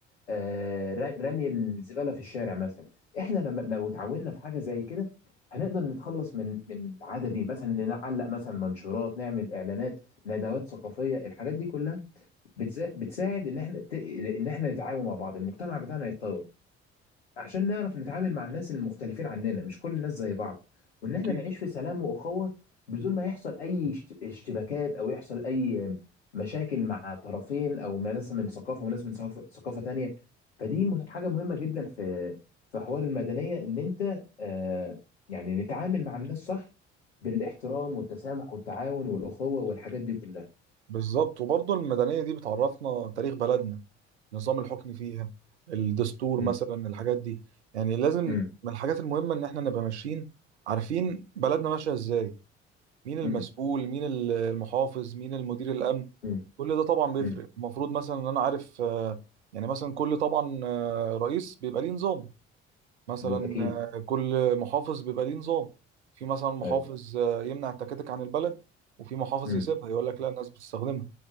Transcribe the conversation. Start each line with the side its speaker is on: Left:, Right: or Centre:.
Left: آه، ر- رمي الزباله في الشارع مثلا احنا لما لو اتعاوننا في حاجه زي كده هنقدر نتخلص من من العاده دي مثلا نعلق مثلا منشورات نعمل اعلانات ندوات ثقافيه الحاجات دي كلها بتزا... بتساعد ان احنا ت... ان احنا نتعاون مع بعض المجتمع بتاعنا يتطور عشان نعرف نتعامل مع الناس المختلفين عننا مش كل الناس زي بعض وان احنا
Right: أكيد
Left: نعيش في سلام واخوه بدون ما يحصل اي اشت- اشتباكات او يحصل اي مشاكل مع طرفين او مع ناس من ثقافه وناس من ثقافه ثقافه تانيه فدي مه- حاجه مهمه جدا في في حوار المدنيه ان انت آه يعني نتعامل مع الناس صح بالاحترام والتسامح والتعاون والاخوه والحاجات دي كلها
Right: بالظبط وبرضه المدنية دي بتعرفنا تاريخ بلدنا نظام الحكم فيها الدستور
Left: مم.
Right: مثلا الحاجات دي يعني لازم
Left: مم.
Right: من الحاجات المهمة ان احنا نبقى ماشيين عارفين بلدنا ماشية ازاي مين المسؤول
Left: مم.
Right: مين المحافظ مين المدير الامن
Left: مم.
Right: كل ده طبعا بيفرق
Left: مم.
Right: المفروض مثلا ان انا عارف آه، يعني مثلا كل طبعا آه، رئيس بيبقى ليه نظام مثلا
Left: بالأكيد
Right: آه، كل محافظ بيبقى ليه نظام في مثلا محافظ
Left: أيوه
Right: آه، يمنع التكاتك عن البلد وفي محافظ
Left: مم.
Right: يسيبها يقول لك لا الناس بتستخدمها